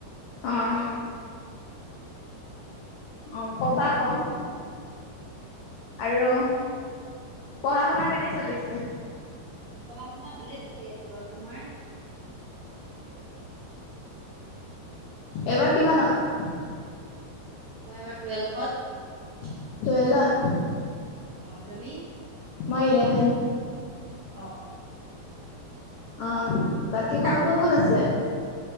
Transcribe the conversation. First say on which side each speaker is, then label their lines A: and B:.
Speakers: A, on the left; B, on the right.
A: অহ। অ' কবা আকৌ। আৰু পঢ়া শুনা কেনে চলি আছে
B: পঢ়া শুনা ভালেই চলি আছে বাৰু তোমাৰ।
A: এবাৰ কিমানত
B: মই এইবাৰ টোএলফত।
A: <unintelligible>
B: অ' তুমি
A: মই ইলেভেন।
B: অ'।
A: অ' বাকী
B: কাপোৰ
A: ঘৰত কোন কোন আছে?